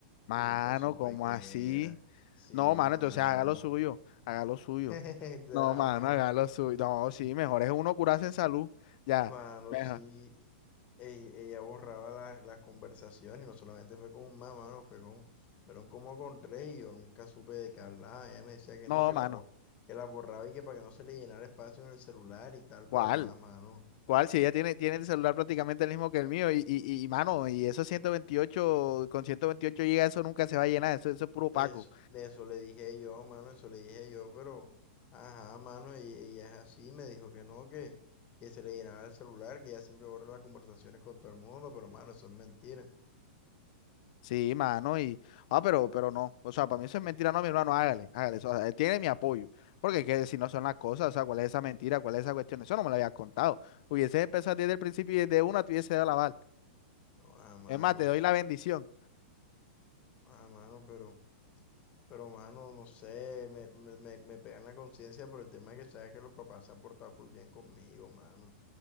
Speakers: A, on the left; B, on the left.
A: mano,
B: Y nunca supe
A: como
B: qué
A: así?
B: era. Sí,
A: No, mano,
B: mano.
A: entonces haga lo suyo, haga lo suyo.
B: <laughs> Esto
A: No,
B: era,
A: mano,
B: mano.
A: haga lo suyo. No, sí, mejor es uno curarse en salud. Ya,
B: Mano,
A: mejor.
B: sí. Ella, ella borraba la- las conversaciones y no solamente fue con un más, mano, fue con, fueron como con tres y yo nunca supe de qué hablaba. Ella me decía que
A: No,
B: no, que
A: mano,
B: la, bo- que la borraba y que para que no se le llenara espacio en el celular y tal,
A: ¿cuál?
B: pero joder, mano.
A: ¿Cuál? Si ella tiene, tiene el celular prácticamente el mismo que el mío y, y, y, mano, y esos 128 con 128 gigas eso nunca se va a llenar, eso, eso es puro paco.
B: Eso, de eso le dije yo, mano, eso le dije yo, pero, ajá, mano, y ella es así, me dijo que no, que, que se le llenaba el celular, que ella siempre borra las conversaciones con todo el mundo, pero, mano, eso es mentira.
A: Sí, mano, y, ah, pero, pero no, o sea, para mí eso es mentira, no, mi hermano, hágale, hágale, eso, o sea, él tiene mi apoyo, porque que si no son las cosas, o sea, ¿cuál es esa mentira, cuál es esa cuestión? Eso no me lo habías contado. Hubiese empezado desde el principio y desde una te hubiese dado la bala.
B: No, Ah, manos,
A: Es más, te doy la bendición,
B: ah, mano, pero, pero, mano, no sé, me, me, me, me pegan la conciencia por el tema de que sabes que los papás se han portado full bien conmigo, mano.